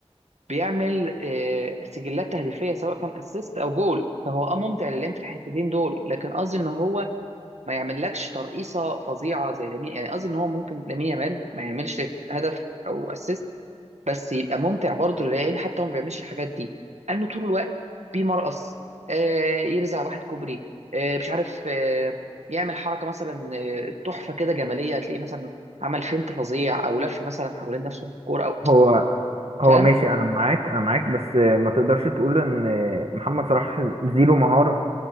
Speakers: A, on the right; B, on the right.
A: بيعمل آه، سجلات تهديفيه سواء كان اسيست او جول فهو اه ممتع للعين في الحتتين دول لكن قصدي ان هو ما يعملكش ترقيصه فظيعه زي لامين يعني قصدي ان هو ممكن لامين يامال ما يعملش هدف او اسيست بس يبقى ممتع برضه للعيال حتى هو ما بيعملش الحاجات دي انه طول الوقت بيمرقص آه يرزع واحد كوبري آه مش عارف آه يعمل حركه مثلا آه، تحفه كده جماليه هتلاقيه مثلا عمل فينت فظيع او لف مثلا حوالين نفسه بالكوره او
B: هو هو
A: فاهم
B: ماشي انا معاك انا معاك بس ما تقدرش تقول ان محمد صلاح زيرو مهارة